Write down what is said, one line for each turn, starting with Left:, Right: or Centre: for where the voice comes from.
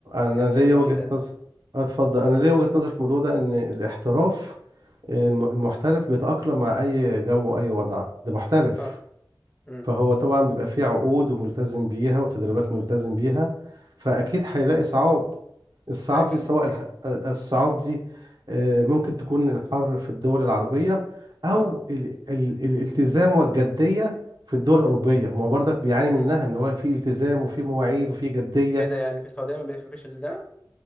Right: انا
Left: يعني
Right: ليا
Left: هم
Right: وجهة
Left: ايه ده
Right: نظر اتفضل انا ليا وجهة نظر في الموضوع ده ان الاحتراف الم- المحترف بيتأقلم مع اي جو واي وضع ده محترف
Left: اه امم
Right: فهو طبعا بيبقى فيه عقود وملتزم بيها وتدريبات ملتزم بيها فاكيد هيلاقي صعاب الصعاب
Left: ما اكيد
Right: دي سواء الح... الصعاب دي آه، ممكن تكون الحر في الدول العربية او
Left: ما اه
Right: ال... ال... الالتزام والجدية في الدول الأوروبية ما هو برضك بيعاني منها
Left: امم.
Right: ان هو في التزام وفي مواعيد وفي جدية
Left: ايه ده يعني في السعوديه ما بيفرقش الزمن